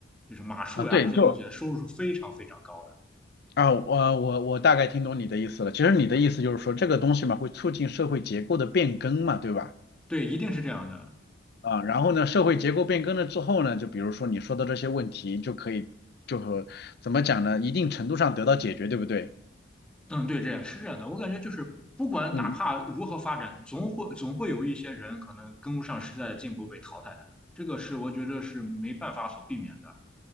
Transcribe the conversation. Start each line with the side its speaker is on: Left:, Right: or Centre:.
Centre: 就是马术呀这些东西收入是非常非常高的。
Left: 啊对，就。啊，我我我大概听懂你的意思了。其实你的意思就是说，这个东西嘛，会促进社会结构的变更嘛，对吧？
Centre: 对，一定是这样的。
Left: 啊，然后呢，社会结构变更了之后呢，就比如说你说的这些问题，就可以就和怎么讲呢，一定程度上得到解决，对不对？
Centre: 嗯，对，这样是这样的。我感觉就是不管哪怕如何发展，
Left: 嗯，
Centre: 总会总会有一些人可能跟不上时代的进步被淘汰的，这个是我觉得是没办法所避免的。